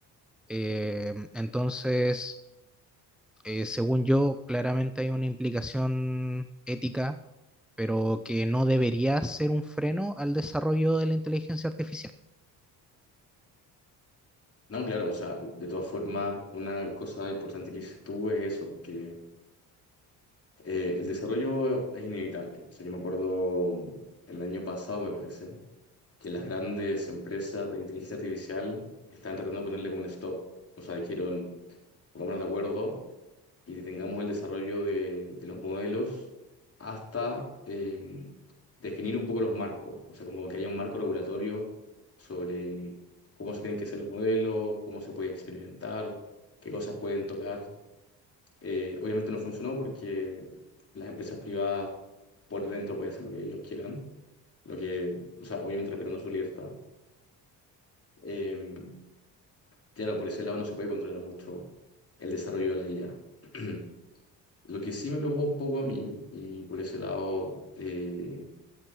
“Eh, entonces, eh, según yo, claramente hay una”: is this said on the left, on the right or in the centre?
Centre